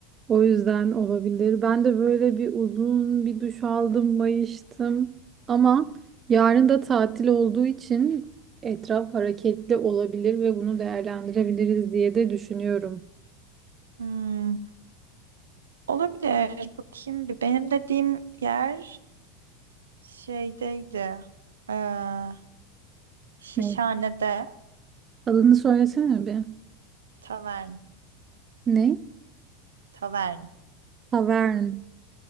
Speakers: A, on the right; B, on the right.
A: O yüzden olabilir. Ben de böyle bir uzun bir duş aldım, mayıştım. Ama yarın da tatil olduğu için etraf hareketli olabilir ve bunu değerlendirebiliriz diye de düşünüyorum.
B: Hmm, olabilir. Bakayım bir. Benim dediğim yer şeydeydi. Ee, Şişhane'de
A: Evet. Adını söylesene bir.
B: tavern.
A: Ne?
B: Tavern.
A: Tavern.